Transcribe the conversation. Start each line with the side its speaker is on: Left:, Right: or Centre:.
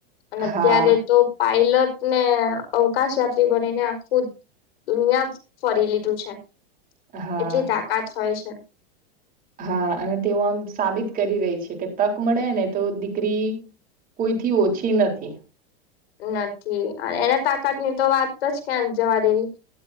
Left: અને અત્યારે
Right: હા
Left: તો પાયલટ ને અવકાશ યાત્રી બનીને આખું દુનિયા ફરી લીધું છે
Right: હા
Left: એટલી તાકાત હોય છે
Right: હા અને તેઓ આમ સાબિત કરી રહી છે કે તક મળે ને તોી દીકરી કોઈથી ઓછી નથી
Left: નથી અને એને તાકાત ની તો વાત જ ક્યાં જવા દેવી